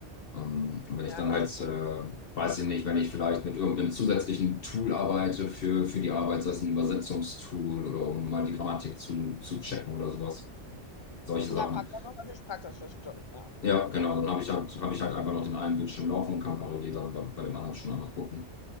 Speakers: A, on the left (about 55°); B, on the left (about 25°).
A: Ähm, und wenn ich
B: Ja,
A: dann
B: das
A: halt,
B: stimmt.
A: äh, weiß ich nicht, wenn ich vielleicht mit irgendeinem zusätzlichen Tool arbeite für, für die Arbeit, sei es ein Übersetzungstool oder um mal die Grammatik zu, zu checken oder sowas. Solche
B: Ja,
A: Sachen.
B: praktisch, das ist natürlich praktisch, das stimmt, ja.
A: Ja, genau. Dann habe ich halt, habe ich halt einfach noch den einen Bildschirm laufen und kann parallel dann bei, bei dem anderen schon einmal gucken.